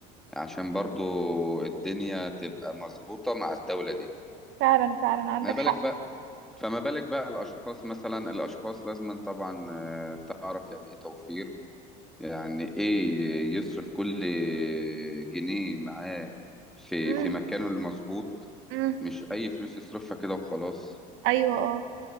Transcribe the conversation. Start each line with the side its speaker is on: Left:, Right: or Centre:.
Centre: عشان برضو الدنيا تبقى مظبوطه مع الدوله دي
Right: فعلا فعلا عندك
Centre: ما بالك
Right: حق
Centre: بقى فما بالك بقى الأشخاص مثلا الأشخاص لازما طبعا آه، تعرف يعني إيه توفير يعني إيه يصرف كل جنيه معاه في
Right: امم
Centre: في مكانه المظبوط
Right: امم
Centre: مش أي فلوس يصرفها كده وخلاص
Right: ايوه اه